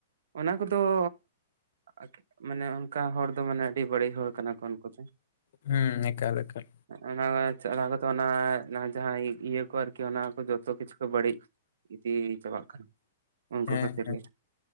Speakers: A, on the right; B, on the left.
A: ᱚᱱᱟ ᱠᱚᱫᱚᱸ ᱟᱠ ᱢᱟᱱᱮ ᱠᱟ ᱦᱚᱲ ᱫᱚ ᱢᱟᱱᱮ ᱟᱹᱰᱤ ᱵᱟᱹᱲᱤᱜ ᱦᱚᱲ ᱠᱟᱱᱟ ᱠᱚ ᱩᱱᱠᱩ ᱫᱚ᱾
B: ᱦᱩᱸ ᱮᱠᱟᱞ ᱮᱠᱟᱞ
A: ᱚᱱᱟ ᱪᱟᱨᱟ ᱠᱚᱛᱚ ᱚᱱᱟ-ᱱᱟ ᱡᱟᱦᱟᱸ ᱤᱭᱟᱹ ᱠᱚ ᱟᱨᱠᱤ ᱚᱱᱟ ᱠᱚ ᱡᱚ- -ᱛᱚ ᱠᱤᱪᱷᱩ ᱠᱚ ᱵᱟᱲᱤᱜ ᱤᱫᱤ ᱪᱟᱵᱟᱜ ᱠᱟᱱᱟ ᱩᱝᱠᱩ
B: ᱦᱮᱸ
A: ᱠᱷᱟᱹᱛᱤᱨ
B: ᱦᱮᱸ
A: ᱜᱮ᱾